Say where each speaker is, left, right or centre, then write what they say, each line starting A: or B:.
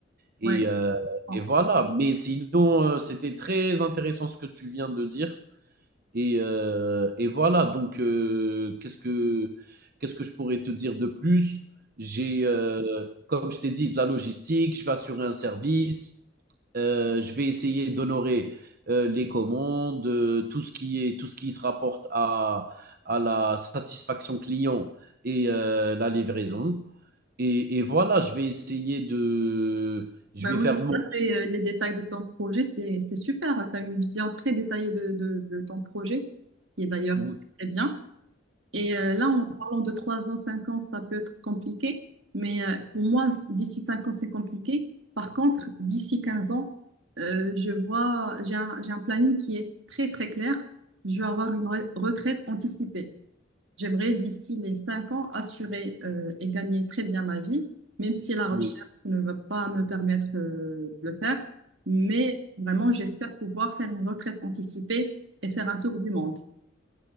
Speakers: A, on the right; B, on the right.
A: Et,
B: Ouais.
A: euh,
B: Ah.
A: et voilà. Mais sinon, euh, c'était très intéressant ce que tu viens de dire. Et heu et voilà donc heu, qu'est-ce que qu'est-ce que je pourrais te dire de plus? J'ai, heu, comme je t'ai dit, de la logistique, je vais assurer un service, heu, je vais essayer d'honorer, heu, les commandes, heu, tout ce qui est tout ce qui se rapporte à à la satisfaction client et heu, la livraison et et voilà, je vais essayer de je
B: Ben
A: vais
B: oui,
A: faire de mon
B: ça c'est euh, les détails de ton projet, c'est c'est super. Tu as une vision très détaillée de, de, de ton projet, ce qui est d'ailleurs
A: oui.
B: très bien. Et euh, là, en parlant de 3 ans, 5 ans, ça peut être compliqué. Mais euh, pour moi, c- d'ici 5 ans, c'est compliqué. Par contre, d'ici 15 ans, euh, je vois, j'ai un, j'ai un planning qui est très, très clair. Je vais avoir une re- retraite anticipée. J'aimerais, d'ici les 5 ans, assurer euh, et gagner très bien ma vie, même si la recherche
A: Oui.
B: ne va pas me permettre euh, de le faire. Mais vraiment, j'espère pouvoir faire une retraite anticipée et faire un tour du monde.